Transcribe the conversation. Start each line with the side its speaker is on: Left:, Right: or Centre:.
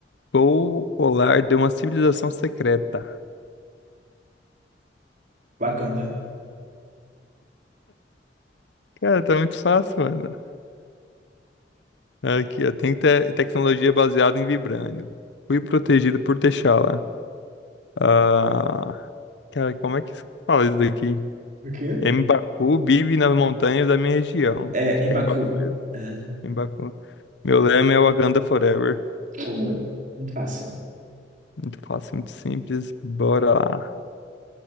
Left: Sou o lar de uma civilização secreta.
Right: Wakanda.
Left: Cara, tá muito fácil, mano. Aqui, ó. Tem te- tecnologia baseada em vibrânio. Fui protegido por T'Challa. Ah, cara, como é que se fala isso daqui?
Right: O quê?
Left: M'Baku vive nas montanhas da minha região.
Right: É,
Left: Acho
Right: em
Left: que
Right: Baku.
Left: é M'Baku mesmo.
Right: É,
Left: M'Baku. Meu lema é Wakanda Forever.
Right: Uhum. muito fácil.
Left: Muito fácil, muito simples. Bora lá.